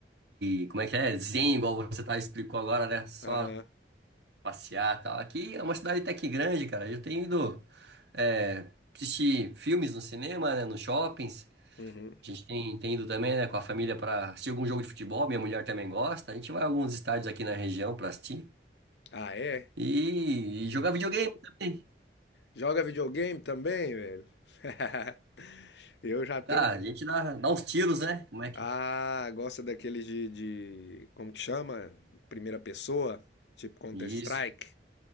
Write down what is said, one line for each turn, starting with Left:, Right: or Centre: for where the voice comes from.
Right: de, como é que é? Zen, igual você tá explicou agora, né? Só
Left: aham,
Right: passear e tal. Aqui é uma cidade até que grande, cara. Eu tenho ido é, assistir filmes no cinema, né, nos shoppings.
Left: uhum.
Right: A gente tem, tem ido também, né, com a família para assistir algum jogo de futebol. Minha mulher também gosta. A gente vai a alguns estádios aqui na região para assistir.
Left: Ah, é?
Right: E, e jogar videogame também.
Left: Joga videogame também, velho? <laughs> Eu já tenho.
Right: Ah, a gente dá, dá uns tiros, né? Como é que.
Left: Ah, gosta daqueles de, de. Como que chama? Primeira pessoa? Tipo Counter-Strike?
Right: Isso.